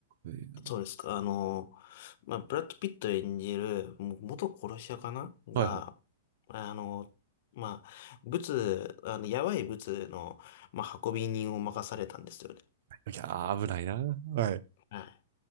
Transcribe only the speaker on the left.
い。そうですか。あの、まあ、ブラッド・ピット演じる、もう元殺し屋かなが、
あの、まあ、ブツ、あの、やばいブツの、まあ、運び人を任されたんですよね。
はい